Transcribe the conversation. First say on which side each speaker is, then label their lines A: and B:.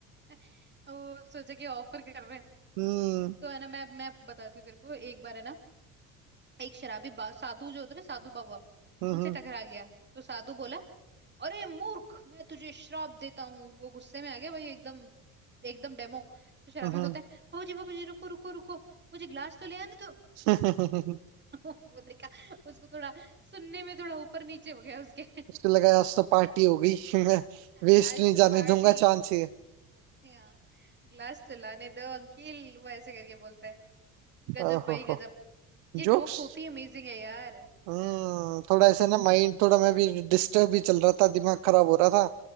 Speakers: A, on the right; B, on the right.
A: <laughs> वो सोचा कि ऑफर कर रहे हैं
B: हम्म
A: तो है ना मैं मैं बताती हूँ तेरे को एक बार है ना एक शराबी बा, साधु जो होते हैं ना साधु बाबा
B: हम्म
A: उनसे टकरा गया तो साधु बोला अरे मूर्ख मैं तुझे श्राप देता हूँ वो गुस्से में आ गया भाई एकदम एकदम डेमो तो शराबी
B: हम्म
A: बोलता है बाबूजी बाबूजी रुको रुको रुको मुझे ग्लास तो ले आने दो
B: हम्म।
A: <laughs> वो देखा उसको थोड़ा सुनने में थोड़ा ऊपर नीचे हो गया उसके
B: <laughs> उसको लगा आज तो पार्टी हो गई <laughs> मैं
A: <laughs>
B: वेस्ट
A: आज
B: नहीं
A: तो
B: जाने
A: पार्टी
B: दूंगा चांस ये
A: ग्लास तो लाने दो अंकिल वो ऐसे करके बोलता है गजब
B: ओहो
A: भाई गजब ये
B: जोक्स
A: जोक्स होती है अमेजिंग है यार
B: हम्म थोड़ा ऐसा ना माइंड थोड़ा मैं भी डिस्टर्ब भी चल रहा था दिमाग खराब हो रहा था